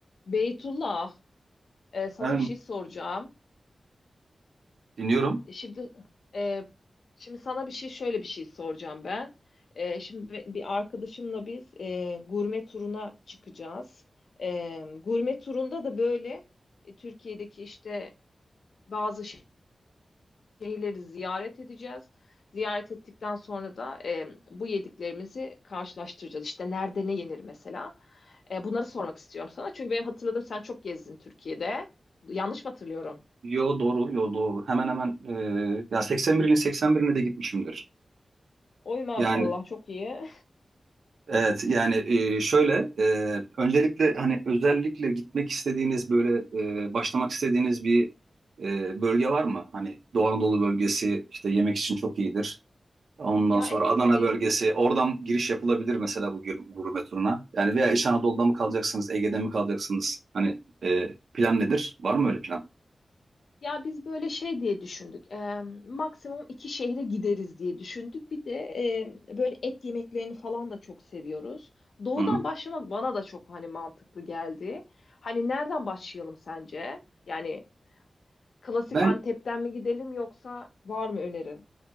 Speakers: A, on the left; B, on the right.
A: Beytullah, e, sana
B: Ben
A: bir şey soracağım.
B: dinliyorum.
A: E, Şimdi e, şimdi sana bir şey şöyle bir şey soracağım ben. E, şimdi be- bir arkadaşımla biz e, gurme turuna çıkacağız. E, gurme turunda da böyle e, Türkiye'deki işte bazı şe- şehirleri ziyaret edeceğiz. Ziyaret ettikten sonra da e, bu yediklerimizi karşılaştıracağız. İşte nerede ne yenir mesela. E, bunları sormak istiyorum sana. Çünkü benim hatırladığım sen çok gezdin Türkiye'de. Yanlış mı hatırlıyorum?
B: Yo doğru, yo doğru. Hemen hemen e, ya 81'in 81'ine de gitmişimdir.
A: Oy maşallah
B: Yani
A: çok iyi.
B: evet yani e, şöyle e, öncelikle hani özellikle gitmek istediğiniz böyle e, başlamak istediğiniz bir e, bölge var mı? Hani Doğu Anadolu bölgesi işte yemek için çok iyidir. Ondan
A: Ya
B: sonra
A: evet
B: Adana
A: hani
B: bölgesi oradan giriş yapılabilir mesela bu gür- gurme turuna. Yani veya İç Anadolu'da mı kalacaksınız, Ege'de mi kalacaksınız? Hani e, plan nedir? Var mı öyle plan?
A: ya biz böyle şey diye düşündük. Eee, maksimum iki şehre gideriz diye düşündük. Bir de eee, böyle et yemeklerini falan da çok seviyoruz. Doğudan
B: Hı hı.
A: başlamak bana da çok hani mantıklı geldi. Hani nereden başlayalım sence? Yani klasik
B: Ben
A: Antep'ten mi gidelim yoksa var mı önerin?